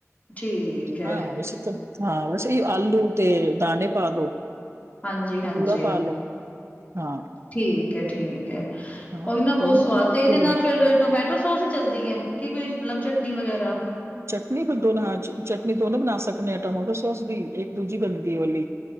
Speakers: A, on the left (about 30°); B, on the right (about 55°).
A: ਠੀਕ ਐ,
B: ਹਾਂ ਵੈਸੇ ਤੇ ਹਾਂ ਵੈਸੇ ਆਲੂ ਤੇ ਦਾਣੇ ਪਾਦੋ।
A: ਹਾਂਜੀ-ਹਾਂਜੀ।
B: ਬੂਰਾ ਪਾ ਲੋੋ, ਹਾਂ।
A: ਠੀਕ ਹੈ-ਠੀਕ ਹੈ,
B: ਹਾਂ
A: ਉਹੀ ਨਾ ਬਹੁਤ
B: ਦੋਨੋ
A: ਸਵਾਦ
B: ਬਿਲਕੁਲ
A: ਤੇ ਇਹਦੇ ਨਾਲ ਫਿਰ ਟਮੈ ਟੋ ਸੋਸ ਹੀ ਚੱਲਦੀ ਹੈ ਕੀ ਕੋਈ ਮਤਲਬ ਚਟਨੀ ਵਗੈਰਾ।
B: ਚਟਨੀ ਦੋ ਹਾਂ ਚਟਨੀ ਦੋਨੋ ਬਣਾ ਸਕਦੇ ਆ ਟਮਾਟੋ ਸੋਸ ਵੀ ਇੱਕ ਦੂਜੀ ਬਣਦੀ ਏ ਵਲੀ।